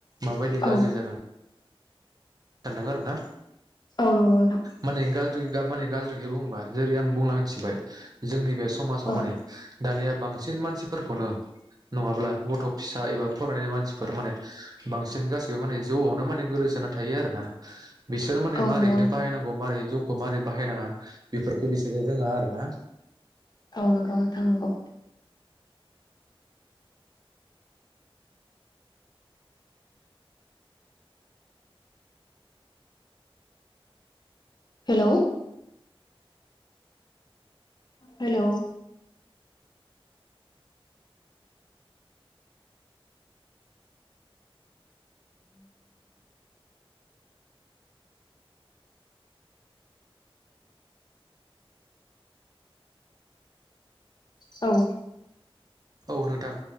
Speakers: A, on the right; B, on the left.
A: माबायदि
B: औ
A: गाज्रि जागोन दानना गारोना
B: औ नंगौ नोंथां
A: माने गाज्रि गाब माने गाज्रिखौ बुङोब्ला जेरै आं बुंलांथिबाय जोंनि बे समाजाव
B: औ
A: माने दानिया बांसिन मानसिफोरखौनो नङाब्ला गथ' फिसा एबा फरायनाय मानसिफोर माने बांसिन गासिबो माने जौआवनो माने गोदोसोना थायो आरो ना बिसोर माने
B: औ
A: मारैहाय
B: नंगौ नोंथां
A: बाहायनांगौ मारै जौ खौ मारै बाहायनाङा बेफोर बिसोरजों दोङो आरो ना।
B: औ नंगौ नोंथां नंगौ हेलौ हेलौ औ
A: औ नोंथां